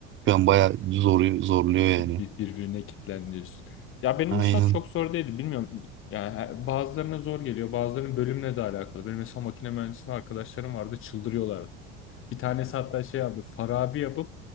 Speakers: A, on the right; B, on the left.
A: Şu an bayağı zor, zorluyor yani.
B: Bir- Birbirine kilitlen Ya benim
A: Aynen.
B: lisans çok zor değildi. Bilmiyorum. Yani her- bazılarına zor geliyor. Bazılarının bölümle de alakalı. Benim mesela makine mühendisliği arkadaşlarım vardı. Çıldırıyorlardı. Bir tanesi hatta şey yaptı. Farabi yapıp